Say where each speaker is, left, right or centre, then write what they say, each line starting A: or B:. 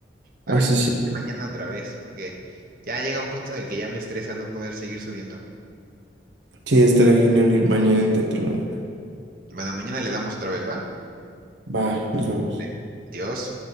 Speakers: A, on the right (about 50°); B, on the right (about 80°).
A: a
B: Así
A: ver si
B: sí. sí.
A: mañana otra vez, porque ya llega un punto en el que ya me estresa no poder seguir subiendo.
B: Sí, estaría genial ir mañana a intentarlo de nuevo.
A: Bueno, mañana le damos otra vez, ¿va?
B: Va, nos vamos.
A: Vale. Adiós.